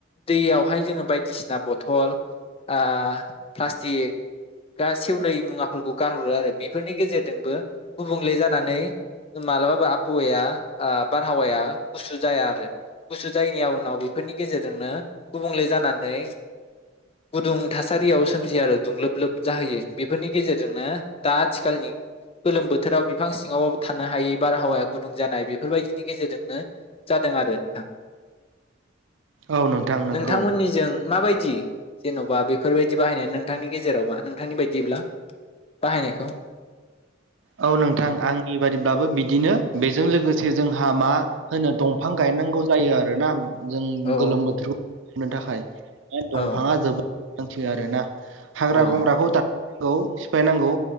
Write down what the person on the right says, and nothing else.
औ नोंथां नंगौ
औ नोंथां आंनि बादिब्लाबो बिदिनो बेजों लोगोसे जोंहा मा होनो दंफां गायनांगौ जायो आरोना। जों
गोलोम बोथोरखौ थाखाय दंफाङा
जोबोद हांथियो आरो ना। हाग्रा
बंग्राखौ दा औ सिफायनांगौ